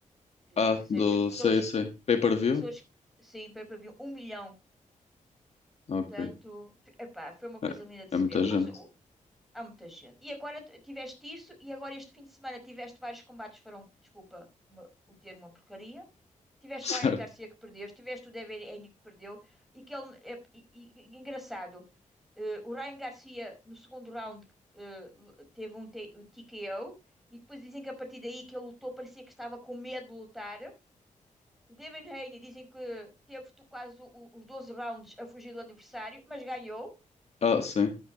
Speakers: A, in the centre; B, on the left (about 55°).
A: Presumo
B: Ah,
A: que seja
B: do.
A: pessoas,
B: Sei, sei. Pay-per-view?
A: pessoas sim, pay-per-view, um milhão.
B: Ok.
A: Portanto, f- epá, foi uma coisa
B: É,
A: linda de
B: é
A: se
B: muita
A: ver.
B: gente.
A: Mas o,
B: <laughs>
A: Há muita gente. E agora t- tiveste isso, e agora este fim de semana tiveste vários combates, foram, desculpa uma- o termo, é uma porcaria. Tiveste
B: Certo.
A: o Ryan Garcia que perdeu, tiveste o Devin Haney que perdeu, e que ele, é- e- e- e- engraçado, eh, o Ryan Garcia no segundo round eh, teve um T- um TKO, e depois dizem que a partir daí que ele lutou, parecia que estava com medo de lutar. O Devin Haney dizem que teve tu- quase o- os 12 rounds a fugir do adversário, mas ganhou.
B: Ah, sim.